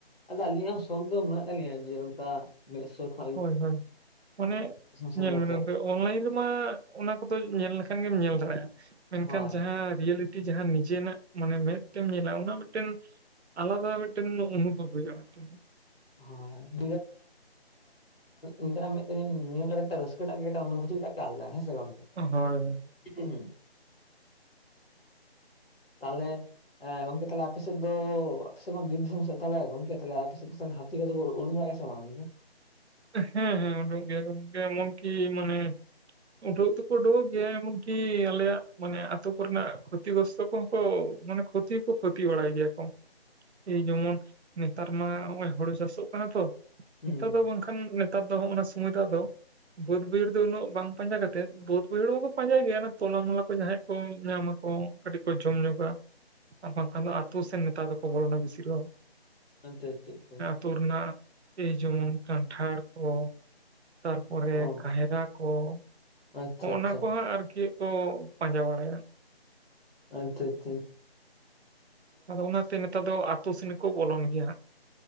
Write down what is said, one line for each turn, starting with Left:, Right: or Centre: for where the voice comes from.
Left: ᱟᱫᱚ ᱟᱹᱞᱤᱧᱟᱜ ᱦᱚᱸ ᱥᱚᱠ ᱫᱚ ᱢᱮᱱᱟᱜ ᱛᱟᱹᱞᱤᱧᱟ ᱡᱮ ᱚᱝᱠᱟ ᱢᱮᱫ ᱥᱳᱨ ᱠᱚ
Right: ᱦᱳᱭ ᱦᱳᱭ ᱚᱱᱮ
Left: ᱥᱮᱱ
Right: ᱧᱮᱞᱵᱤᱱ
Left: ᱠᱟᱛᱮᱜ
Right: ᱜᱚᱝᱠᱮ ᱚᱱᱞᱟᱭᱤᱱ ᱨᱮᱢᱟ ᱚᱱᱟ ᱠᱚᱫᱚ ᱧᱮᱞ ᱞᱮᱠᱷᱟᱱ ᱜᱮᱢ ᱧᱮᱞ ᱫᱟᱲᱮᱜ-ᱟ, ᱢᱮᱱᱠᱷᱟᱱ
Left: ᱦᱳᱭ
Right: ᱡᱟᱦᱟᱸ ᱨᱤᱭᱮᱞᱤ ᱠᱤ ᱡᱟᱦᱟᱸ ᱱᱤᱡᱮᱱᱟᱜ ᱢᱟᱱᱮ ᱢᱮᱫ ᱛᱮᱢ ᱧᱮᱞᱟ ᱚᱱᱟ ᱢᱮᱫᱴᱮᱱ ᱟᱞᱟᱫᱟ ᱢᱮᱫᱴᱮᱱ ᱩᱱᱩ ᱵᱷᱚᱵ ᱦᱩᱭᱩᱜ-ᱟ ᱢᱤᱫᱴᱮᱱ᱾
Left: ᱦᱳᱭ <unintelligible> <unintelligible> ᱱᱤᱡᱮᱨᱟᱜ ᱢᱮᱫ <unintelligible> ᱨᱟᱹᱥᱠᱟᱹ ᱴᱟᱜ ᱜᱮ ᱮᱴᱟᱜ ᱩᱱᱩᱵᱷᱩᱛᱤ ᱴᱟᱜ ᱜᱮ ᱟᱞᱫᱟ ᱦᱮᱸ ᱥᱮ ᱜᱚᱝᱠᱮ᱾
Right: ᱦᱳᱭ᱾
Left: <inaudible>
Right: <inaudible>
Left: ᱛᱟᱞᱦᱮ ᱮᱸ ᱜᱚᱝᱠᱮ ᱛᱟᱞᱦᱮ ᱟᱯᱮ ᱥᱮᱫ ᱫᱚ ᱟᱯᱮ ᱥᱮᱫ ᱢᱟ ᱵᱤᱨ ᱫᱤᱥᱚᱢ ᱥᱮᱫ ᱛᱟᱞᱦᱮ ᱜᱚᱝᱠᱮ ᱛᱟᱞᱦᱮ ᱟᱯᱮ ᱥᱮᱫ ᱫᱚ ᱛᱟᱞᱦᱮ ᱦᱟ ᱛᱤ ᱠᱚᱫᱚᱠᱚ ᱩᱰᱩᱜ ᱵᱟᱲᱟ ᱜᱮᱭᱟ ᱥᱮ ᱵᱟᱝ ᱜᱚᱝᱠᱮ?
Right: ᱦᱩᱸ ᱦᱩᱸ ᱩᱰᱩᱠᱚᱜ ᱜᱮᱭᱟᱠᱚ ᱜᱚᱝᱠᱮ ᱮᱢᱚᱱ ᱠᱤ ᱢᱟᱱᱮ ᱩᱰᱩᱜ ᱫᱚᱠᱚ ᱩᱰᱩᱠᱚᱜ ᱜᱮᱭᱟ ᱮᱢᱚᱱ ᱠᱤ ᱟᱞᱮᱭᱟᱜ ᱢᱟᱱᱮ ᱟᱛᱳ ᱠᱚᱨᱮᱱᱟᱜ ᱠᱷᱚᱛᱤ ᱜᱨᱚᱥᱛᱚ ᱠᱚ ᱠᱚ ᱢᱟᱱᱮ ᱠᱷᱚᱛᱤ ᱦᱚᱸᱠᱚ ᱠᱷᱚᱛᱤ ᱵᱟᱲᱟᱭ ᱜᱮᱭᱟ ᱠᱚ᱾ ᱮᱭ ᱡᱚᱢᱚᱱ ᱱᱮᱛᱟᱨ ᱢᱟ ᱦᱚᱸᱜᱚᱭ ᱦᱳᱲᱳ ᱪᱟᱥᱚᱜ ᱠᱟᱱᱟ ᱛᱚ,
Left: ᱦᱩᱸ
Right: ᱱᱮᱛᱟᱨ ᱫᱚ ᱵᱟᱝ ᱠᱷᱟ ᱠᱷᱟᱱ ᱱᱮᱛᱟᱨ ᱫᱚ ᱦᱚᱜᱚᱱᱟ ᱥᱳᱢᱳᱭ ᱫᱚ ᱟᱫᱚ ᱵᱟᱹᱫᱽ ᱵᱟᱹᱭᱦᱟᱹᱲ ᱫᱚ ᱩᱱᱟᱹᱜ ᱵᱟᱝ ᱯᱟᱸᱡᱟ ᱠᱟᱛᱮᱫ ᱵᱟᱹᱫᱽ ᱵᱟᱹᱭᱦᱟᱹᱲ ᱢᱟᱠᱚ ᱯᱟᱸᱡᱟᱭᱮᱫ ᱜᱮ ᱚᱱᱟ ᱛᱚᱞᱟ ᱢᱟᱞᱟ ᱠᱚ ᱡᱟᱦᱟᱸᱭᱟᱜ ᱠᱚ ᱧᱟᱢᱟᱠᱚ ᱠᱟᱹᱴᱤᱡ ᱠᱚ ᱡᱚᱢ ᱧᱚᱜᱟ᱾ ᱟᱨ ᱵᱟᱝ ᱠᱷᱟᱱ ᱫᱚ ᱟᱛᱳ ᱥᱮ ᱱᱮᱛᱟᱨ ᱫᱚ ᱠᱚ ᱵᱚᱞᱚᱱᱟ ᱵᱤᱥᱤᱨ ᱵᱷᱟᱠ᱾
Left: <unintelligible>
Right: ᱛᱳ ᱨᱮᱱᱟᱜ ᱮᱭ ᱡᱚᱢᱚᱱ ᱠᱟᱱᱴᱷᱟᱲ ᱠᱚ, ᱛᱟᱨᱯᱚᱨᱮ
Left: ᱟᱪᱪᱷᱟ ᱚ
Right: ᱠᱟᱭᱨᱟ ᱠᱚᱸ
Left: ᱟᱪᱪᱷᱟ
Right: ᱦᱚᱜᱚᱱᱟ
Left: ᱟᱪᱪᱷᱟ
Right: ᱠᱚ ᱦᱟᱸᱜ ᱟᱨᱠᱤ ᱠᱚ ᱯᱟᱸᱡᱟ ᱵᱟᱲᱟᱭ-ᱟ᱾
Left: ᱟᱪᱪᱷᱟ ᱟᱪᱪᱷᱟ᱾
Right: ᱟᱫᱚ ᱚᱱᱟᱛᱮ ᱱᱮᱛᱟᱨ ᱫᱚ ᱟᱛᱳ ᱥᱮᱱ ᱠᱚ ᱵᱚᱞᱚᱱ ᱜᱮᱭᱟ ᱦᱟᱸᱜ᱾